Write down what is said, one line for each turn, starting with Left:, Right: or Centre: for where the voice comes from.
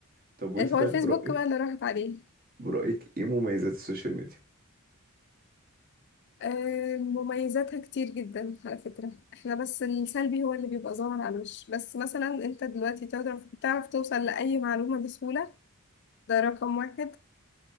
Right: طب وانت طيب
Left: هو الفيسبوك
Right: برايك
Left: بقى اللي راحت عليه
Right: برايك ايه مميزات السوشيال ميديا
Left: آه، مميزاتها كتير جدا على فكرة احنا بس السلبي هو اللي بيبقى ظاهر على الوش بس مثلا انت دلوقتي تعرف تعرف توصل لأي معلومة بسهولة ده رقم واحد